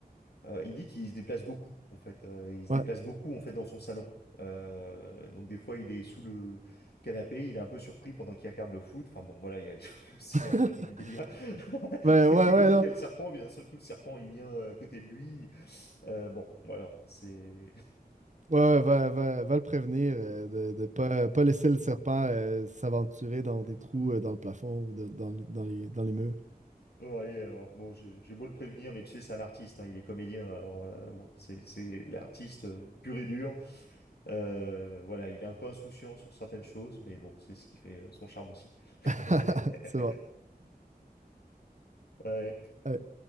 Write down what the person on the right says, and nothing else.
ouais.
<laughs>
ben ouais,
ouais,
non.
Ouais, ouais, va, va, va le prévenir euh, de, de pas, pas laisser le serpent euh, s'aventurer dans
des trous euh, dans le plafond ou de- dans, le- dans les, dans les murs.
<laughs>
C'est bon.
Ouais.